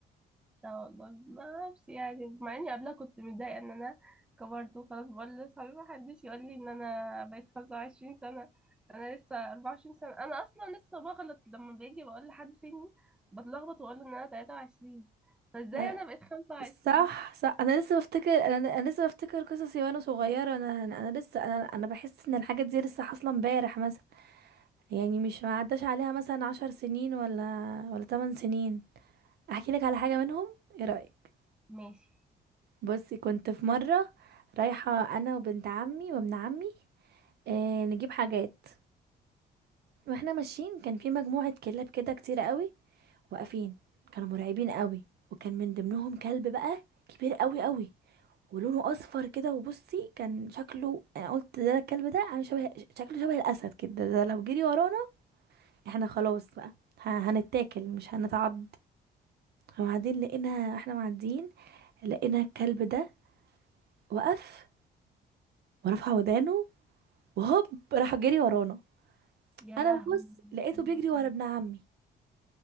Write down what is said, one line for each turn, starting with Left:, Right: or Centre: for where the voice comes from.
Centre: لا والله ما اعرفش يعني مع اني قبلها كنت متضايقه ان انا كبرت وخلاص بقول لاصحابي ما حدش يقول لي ان انا بقيت 25 سنه انا لسه 24 سنه انا اصلا لسه بغلط لما باجي بقول لحد سني بتلخبط واقول له ان انا 23 فازاي
Right: أنا-
Centre: انا بقيت 25
Right: صح صح انا لسه بفتكر انا انا لسه بفتكر قصصي وانا صغيرة انا انا أنا لسه انا انا بحس ان الحاجات دي لسه حاصلة امبارح مثلا يعني مش ما عداش عليها مثلا عشر سنين ولا ولا 8 سنين احكي لك على حاجة منهم ايه رأيك
Centre: ماشي
Right: بصي كنت في مرة رايحة انا وبنت عمي وابن عمي آه نجيب حاجات واحنا ماشيين كان في مجموعة كلاب كده كتير قوي واقفين كانوا مرعبين قوي وكان من ضمنهم كلب بقى كبير قوي قوي ولونه اصفر كده وبصي كان شكله انا قلت ده الكلب ده عامل شبه شكله شبه الاسد كده ده لو جري ورانا احنا خلاص بقى ه- هنتاكل مش هنتعض وبعدين لقينا احنا معديين لقينا الكلب ده وقف ورفع ودانه وهوب راح جري ورانا
Centre: يا
Right: انا
Centre: لهوي
Right: ببص لقيته
Centre: مم.
Right: بيجري ورا ابن عمي